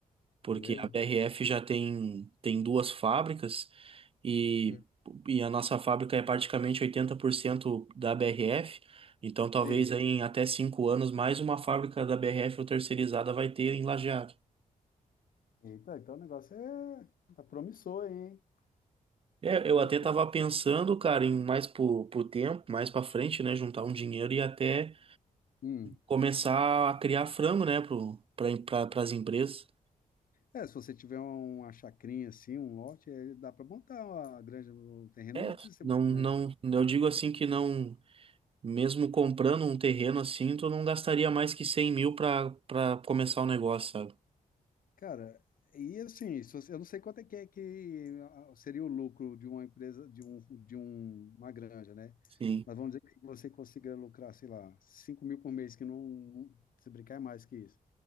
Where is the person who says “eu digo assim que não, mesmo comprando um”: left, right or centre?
Right